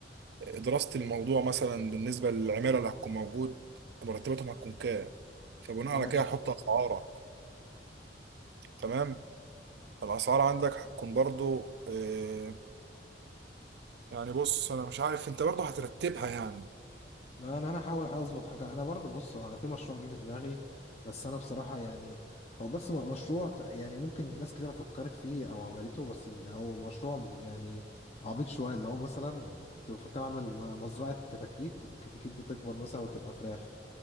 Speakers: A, on the right; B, on the left.
A: دراسة الموضوع مثلا بالنسبة للعمالة اللي هتكون موجود مرتباتهم هتكون كام فبناء
B: ماشي
A: على كده هتحط أسعارك تمام الأسعار عندك هتكون برضو آه، يعني بص أنا مش عارف أنت برضو هترتبها يعني
B: لا انا انا هحاول احاول اظبط حاجه انا برضو بص انا في مشروع جه في دماغي بس انا بصراحه يعني هو بس م- مشروع تع- يعني ممكن ناس كتير فكرت فيه او عملته بس ان هو مشروع م- يعني عبيط شويه اللي هو مثلا كنت بفكر اعمل م- مزرعه كتاكيت والكتاكيت دي تكبر مثلا وتبقى فراخ